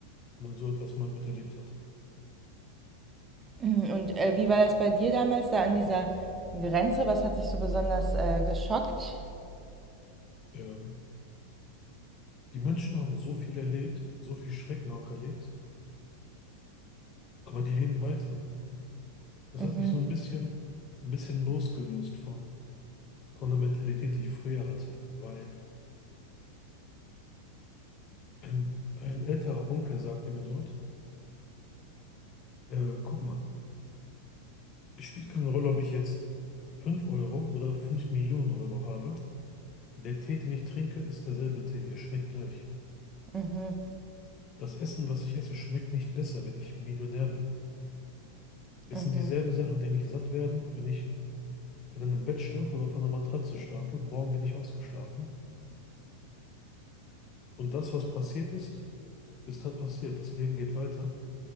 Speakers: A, on the left; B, on the right.
A: wenn man so etwas mal miterlebt hat.
B: Mhm, Und äh, wie war das bei dir damals da an dieser Grenze? Was hat dich so besonders äh, geschockt?
A: Ähm, die Menschen haben so viel erlebt, so viel Schrecken auch erlebt, aber die leben weiter. Das
B: Mhm,
A: hat mich so ein bisschen, ein bisschen losgelöst von, von der Mentalität, die ich früher hatte, weil ein, ein älterer Onkel sagte mir dort, äh, guck mal, es spielt keine Rolle, ob ich jetzt 5 Euro oder 5 Millionen Euro habe. Der Tee, den ich trinke, ist derselbe Tee. Er schmeckt gleich.
B: mhm,
A: Das Essen, was ich esse, schmeckt nicht besser, wenn ich Millionär bin. Es
B: mhm.
A: sind dieselben Sachen, die mich satt werden, wenn ich in einem Bett schlafe oder auf einer Matratze schlafe. Morgen bin ich ausgeschlafen. Und das, was passiert ist, ist halt passiert. Das Leben geht weiter.